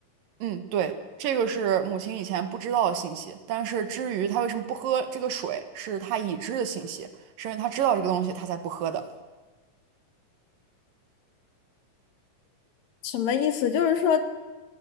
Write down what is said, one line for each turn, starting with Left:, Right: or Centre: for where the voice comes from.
Right: 嗯，对，这个是母亲以前不知道的信息，但是至于她为什么不喝这个水，是她已知的信息，是因为她知道这个东西，她才不喝的。
Left: 什么意思？就是说